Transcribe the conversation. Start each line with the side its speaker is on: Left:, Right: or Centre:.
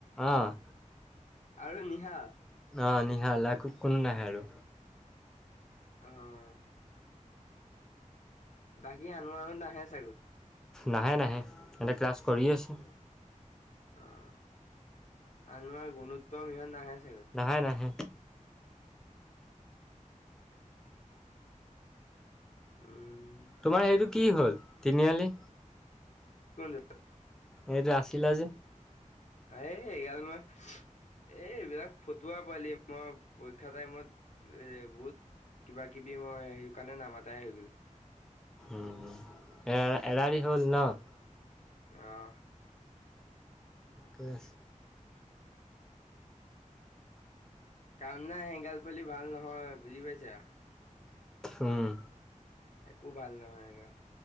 Centre: অ'।
Left: আৰু নিহাল।
Centre: অ', নিহাল। আকৌ কোনো নাই আহা আৰু।
Left: অহ। বাকী আনোৱাৰহঁত নাহে চাগৈ।
Centre: নাহে নাহে। সিহঁতে ক্লাছ কৰি আছে।
Left: অ', আনোৱাৰ, গুণোত্তম ইহঁত নাহে চাগৈ
Centre: নাহে নাহে।
Left: উম।
Centre: তোমাৰ সেইটো কি হ'ল তিনিআলি?
Left: <unintelligible>
Centre: হেইটো আছিলা যে?
Left: আৰে এইগাল মই এ, এইবিলাক ফটুৱা পোৱালি মই পৰীক্ষা টাইমত এ, বহুত কিবা-কিবি, মই সেই কাৰণে নামাতাই হৈ গলো।
Centre: উম, এ এৰা-এৰি হ'ল ন?
Left: অহ।
Centre: কৈছ
Left: কাম নাই। সেইগাল পোৱালি ভাল নহয়। বুজি পাইছা?
Centre: উম।
Left: একো ভাল নহয় এয়া।